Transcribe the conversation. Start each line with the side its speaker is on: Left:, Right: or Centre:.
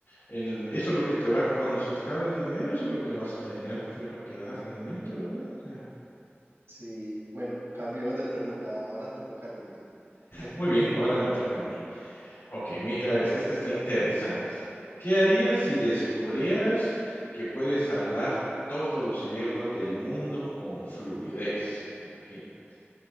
Left: el eso es lo que te va cuando se te acabe el dinero, eso es lo que vas a tener, te va a quedar realmente, ¿verdad? O sea,
Right: Sí, bueno, cambio de pregunta, ahora te toca a ti. <laughs>
Left: muy bien, ahora me toca a mí. Okey, mira esta, esta está interesante. ¿Qué harías si descubrieras que puedes hablar todos los idiomas del mundo con fluidez? Imagina.